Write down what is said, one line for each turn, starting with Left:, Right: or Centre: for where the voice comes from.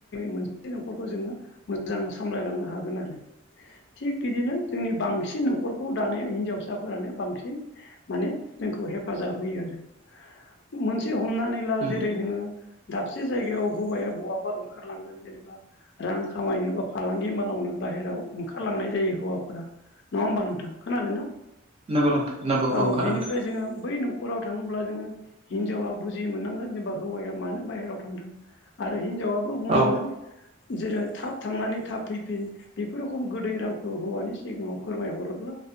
Left: मोनसे <inaudible> न'खरखौ जोङो मोजां सामलायलांनो हागोन आरो थिग बिदिनो जोंनि बांसिन न'खरखौ दानाया हिनजावसाफोरानो बांसिन माने जोंखौ हेफाजाब होयो आरो मोनसे हमनानै ला
Right: नंगौ
Left: जेरै नोङो दाबसे जायगायाव हौवाया बहाबा ओंखारलांगोन जेनेबा रां खामायनो बा फालांगि मावालावनो बाहेरायाव ओंखारलांनाय जायो हौवाफोरा नङा होमबा नोंथां खोनादोंना
Right: नंगौ नोंथ नंगौ
Left: औ
Right: ओंखार
Left: बिनिफ्राय
Right: नागोर
Left: जोङो बै न'खराव थाङोब्ला जोङो हिनजावा बुजि मोननांगोन जेनेबा हौवाया मानो बाहेरायाव थांदों आरो हिनजावाबो बुंनांगोन
Right: औ
Left: जेरै थाब थांनानै थाब फैफिन बेफोर रोखम गोदै रावखौ हौवानि सिगाङाव फोरमायहरोब्ला